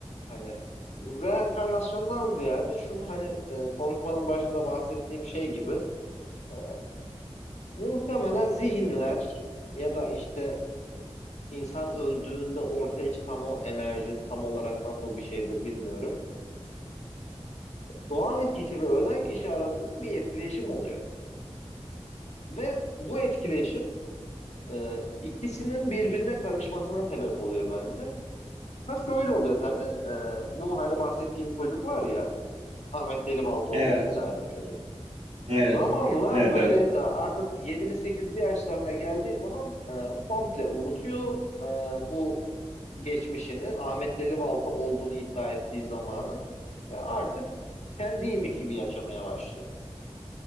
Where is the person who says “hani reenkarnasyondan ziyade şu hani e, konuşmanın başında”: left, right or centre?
Left